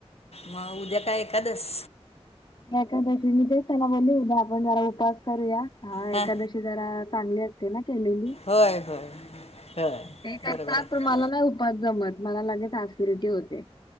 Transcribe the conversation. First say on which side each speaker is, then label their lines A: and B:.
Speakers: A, on the left; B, on the left.
A: मग उद्या काय एकादस?
B: एकादशी, मी तेच त्याला बोलले उद्या आपण जरा उपवास करूया. हा
A: हां
B: एकादशी ती जरा चांगली असते ना केलेली?
A: होय होय होय
B: ते करतात.
A: बरोबर आहे
B: तर मला नाही उपास जमत. मला लगेच ऑसीडीटी होते.